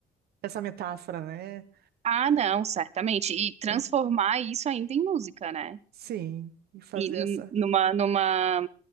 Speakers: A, on the right (about 70°); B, on the right (about 40°).
A: essa metáfora, né?
B: Ah, não, certamente. E transformar
A: É,
B: isso ainda em música, né?
A: Sim, e fazer
B: e
A: essa.
B: numa, numa,